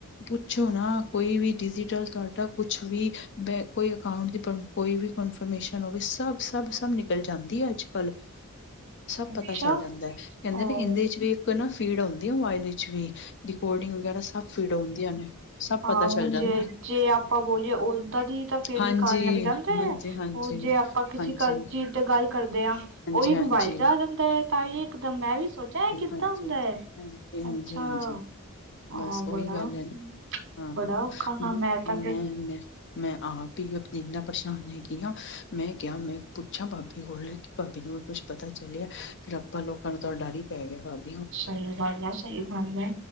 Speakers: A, on the left; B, on the right.
A: ਪੁੱਛੋ ਨਾ ਕੋਈ ਵੀ ਡਿਜੀਟਲ ਤੁਹਾਡਾ ਕੁਛ ਵੀ ਬੈ ਕੋਈ ਅਕਾਊਟ ਦੀ ਕੋਈ ਵੀ ਇਨਫਰਮੇਸ਼ਨ ਹੋਵੇ ਸਭ-ਸਭ-ਸਭ ਨਿਕਲ ਜਾਂਦੀ ਐ ਅੱਜ-ਕੱਲ੍ਹ। ਸਭ
B: ਅੱਛਾ
A: ਪਤਾ ਚੱਲ ਜਾਂਦਾ ਏ ਕਹਿੰਦੇ
B: ਅ
A: ਇਹਦੇ ਚ ਵੀ ਕੋਈ ਨਾ ਫੀਡ ਆਦੀ ਆ ਮੋਬਾਇਲ ਵਿੱਚ ਵੀ ਰਿਕੋਡਿੰਗ ਵਗੈਰਾ ਸਭ ਫੀਡ ਹੁੰਦੀਆਂ ਨੇ। ਸਭ
B: ਹਾਂ
A: ਪਤਾ ਚੱਲ
B: ਹੁਣ
A: ਜਾਂਦਾ
B: ਜੇ-ਜੇ ਆਪਾਂ ਬੋਲੀਏ ਓਦਾਂ ਦੀ ਤਾਂ ਫੇਡ
A: ਹਾਂਜੀ,
B: ਵੀਖਾਣ ਲੱਗ ਜਾਣਗੇ
A: ਹਾਂਜੀ, ਹਾਂਜੀ। ਹਾਂਜੀ,
B: ਉਹ ਜੇ ਆਪਾਂ ਕਿਸੇ
A: ਹਾਂਜੀ,
B: ਗੱਲ ਚੀਜ਼ ਤੇ ਗੱਲ ਕਰਦੇ ਆ
A: ਹਾਂਜੀ,
B: ਉਹੀ ਮੋਬਾਇਲ ਜਾ
A: ਹਾਂਜੀ, ਹਾਂਜੀ,
B: ਜਾਂਦਾ ਐ ਤਾਂਹੀ ਇਕਦਮ ਮੈਂ ਵੀ ਸੋਚਿਆ ਕਿੱਦਾਂ
A: ਹਾਂਜੀ।
B: ਹੁੰਦਾ ਐ,
A: ਹਾਂਜੀ, ਹਾਂਜੀ,
B: ਅੱਛਾ।
A: ਹਾਂਜੀ
B: ਹਾਂ
A: ਬਸ ਓਹੀ
B: ਬੜਾ
A: ਗੱਲ ਐ ਨਾ, ਹਾਂ
B: ਬੜਾ ਔਖਾ ਕੰਮ
A: ਮੈਂ-ਮੈਂ-ਮੈਂ
B: ਮੈਂ ਤਾਂ ਫਿਰ
A: ਮੈਂ ਆਪ ਇਨਾ ਪਰੇਸ਼ਾਨ ਹੈਗੀਆਂ, ਮੈਂ ਕਿਹਾ ਮੈਂ ਪੁੱਛਾਂ ਬਾਬੇ ਕੋਲੇ ਕਿ ਬਾਬਾ ਨੂੰ ਕੁਛ ਪਤਾ ਚੱਲਿਆ ਫਿਰ ਆਪਾਂ ਲੋਕਾਂ ਨੂੰ ਤਾਂ ਡਰ ਈ ਪੈ ਗਿਆ ਬਾਬਾ
B: ਸਹੀ ਗੱਲ ਐ ਸਹੀ ਗੱਲ ਐ